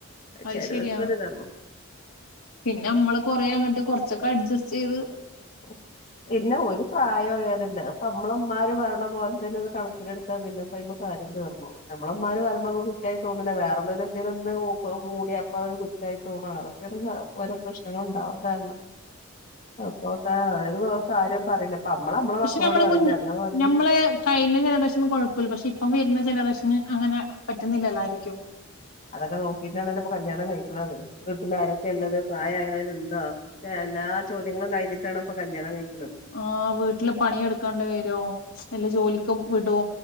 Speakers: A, on the left; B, on the left.
A: അത്
B: ചെലോൽക്ക്
A: ശരിയാ
B: ഒര്താ
A: പിന്നെ നമ്മള് കൊറേ അങ്ങട്ട് കൊർച്ചക്ക അഡ്ജസ്റ്റ് ചെയ്ത്
B: ഓ പിന്നെ ഓല് പ്രായയൊരല്ലേ അപ്പ നമ്മളമ്മാര് പറിണ പോൽ തന്നെ അത് കണക്കിലെടുത്താ പിന്നെ അയ്മ കാര്യം തീർന്നു നമ്മളമ്മര് പറിമ്പം നമ്മക്ക് കു കുറ്റായി തോന്ന്ണ വേറേള്ളോര് എന്തേലും ഒന്ന് മൂളി അപ്പ അത് കുറ്റായി തോന്നും അതൊക്കെണ് ഓരോ പ്രശ്നങ്ങള് ഇണ്ടാവാൻ കാര്ണം
A: ഉ <inaudible>
B: അപ്പൊ അത് പോ കാര്യം പറയിണ് ഇപ്പ നമ്മള നമ്മളെ
A: പക്ഷെ
B: മക്കളോട്
A: നമ്മള്
B: പറിണ
A: മുന്നി
B: അന്ന മാതിരി
A: നമ്മള് കഴിഞ്ഞ ജനറേഷനും കോഴപ്പല്ല പക്ഷെ ഇപ്പം വര്ന്ന ജനറേഷന് അങ്ങനെ പറ്റുന്നില്ലല്ലായിരിക്കും
B: അതൊക്കെ നോക്കിട്ടാണ്ല്ലോ ഇപ്പ കല്യാണം കഴിക്ക്ണത് വീട്ടിലാരൊക്കെ ഇള്ളത് പ്രായായോല് ഇണ്ടോ എല്ലാ ചോദ്യങ്ങളും കഴിഞ്ഞിട്ടാണ് ഇപ്പ കല്യാണം കഴിക്ക്ണത്
A: ആ വീട്ടില് പണി എടുക്കാണ്ട് വരും നല്ല ജോലിക്ക് വിടോ